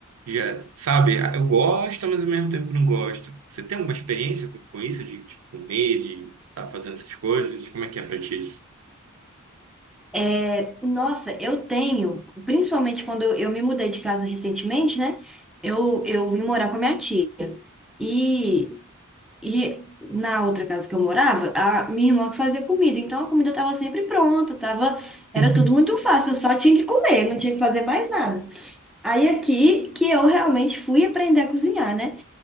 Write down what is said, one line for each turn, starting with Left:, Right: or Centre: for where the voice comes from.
Right: Já, sabe, ah, eu gosto, mas ao mesmo tempo não gosto. Você tem alguma experiência com, com isso, de, de comer, de estar fazendo essas coisas? Como é que é pra ti isso?
Centre: é, nossa, eu tenho, principalmente quando eu, eu me mudei de casa recentemente, né? Eu, eu vim morar com a minha tia. E, e na outra casa que eu morava, a minha irmã que fazia comida. Então a comida estava sempre pronta, tava, era
Right: <laughs>
Centre: tudo muito fácil, eu só tinha que comer, não tinha que fazer mais nada. Aí aqui que eu realmente fui aprender a cozinhar, né?